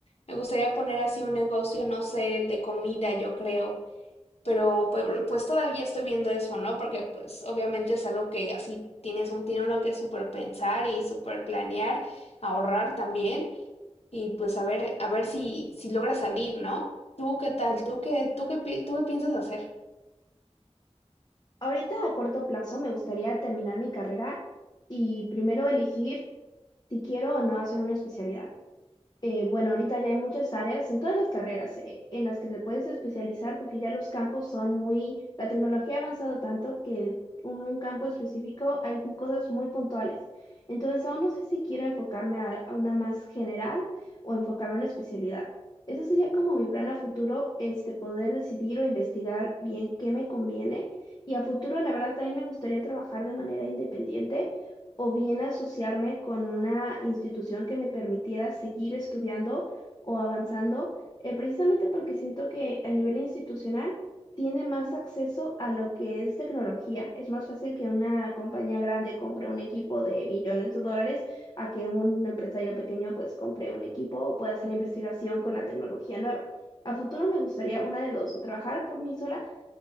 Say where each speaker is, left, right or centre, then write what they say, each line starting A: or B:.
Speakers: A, on the left (about 65°); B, on the left (about 40°).
A: Me gustaría poner así un negocio, no sé, de comida, yo creo, pero pues, pues todavía estoy viendo eso, ¿no? Porque pues obviamente es algo que así tienes un, tiene uno que súper pensar y súper planear, ahorrar también. Y pues a ver, a ver si, si logra salir, ¿no? ¿Tú qué tal? ¿Tú qué, tú qué, pi- tú qué piensas hacer
B: Ahorita a corto plazo me gustaría terminar mi carrera y primero elegir si quiero o no hacer una especialidad. Eh, bueno, ahorita ya hay muchas áreas en todas las carreras eh, en las que te puedes especializar porque ya los campos son muy, la tecnología ha avanzado tanto que en un campo específico hay cosas muy puntuales. Entonces, aún no sé si quiero enfocarme a, a una más general o enfocarme a una especialidad. Ese sería como mi plan a futuro, este, poder decidir o investigar bien qué me conviene. Y a futuro, la verdad, también me gustaría trabajar de manera independiente o bien asociarme con una institución que me permitiera seguir estudiando o avanzando, eh, precisamente porque siento que a nivel institucional tiene más acceso a lo que es tecnología. Es más fácil que una compañía grande compre un equipo de millones de dólares a que un empresario pequeño pues compre un equipo o pueda hacer investigación con la tecnología nueva. A futuro me gustaría una de dos, o trabajar por mí sola